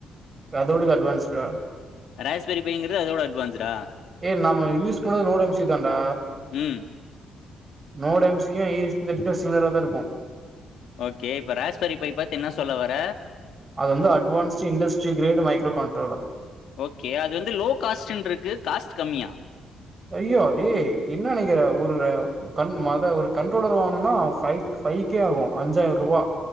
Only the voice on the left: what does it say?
ராஸ்பரி பைங்கிறது அதோட அட்வான்ஸ்டா
ம்
ஓகே இப்ப ராஷ்பரி பை பாத் என்ன சொல்ல வர
okay அது வந்து லோ காஸ்ட்னு இருக்கு காஸ்ட் கம்மியா